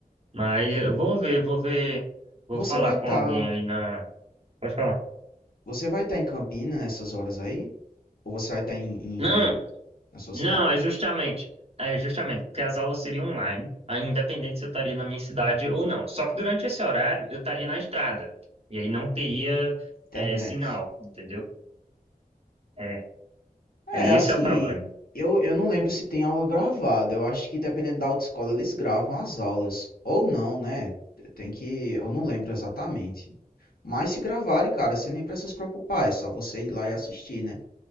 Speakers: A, on the right (about 40°); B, on the left (about 75°).
A: Mas eu vou ver, vou ver, vou
B: Você
A: falar
B: vai estar,
A: com alguém aí na... Pode falar.
B: você vai estar em Campina nessas horas aí? Ou você vai estar em, em-
A: Não,
B: na sua
A: Não,
B: cidade?
A: é justamente, é justamente porque as aulas seriam online, aí independente se eu estaria na minha cidade ou não. Só que durante esse horário eu estaria na estrada, e aí não teria
B: Internet.
A: é, sinal, entendeu? É,
B: É,
A: é esse
B: assim,
A: é o problema.
B: eu, eu não lembro se tem aula gravada. Eu acho que dependendo da autoescola eles gravam as aulas ou não, né? Tem que, eu não lembro exatamente. Mas se gravarem, cara, você nem precisa se preocupar, é só você ir lá e assistir, né?